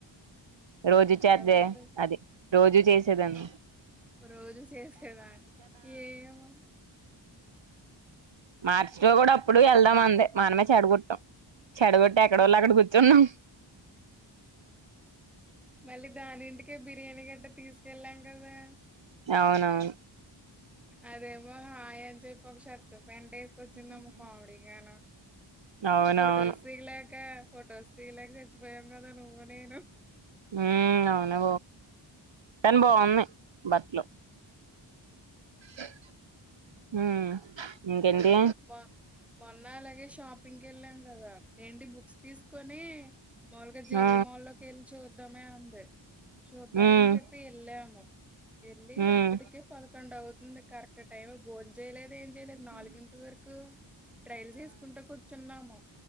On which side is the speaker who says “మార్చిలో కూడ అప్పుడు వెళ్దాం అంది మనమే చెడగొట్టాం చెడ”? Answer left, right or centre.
Right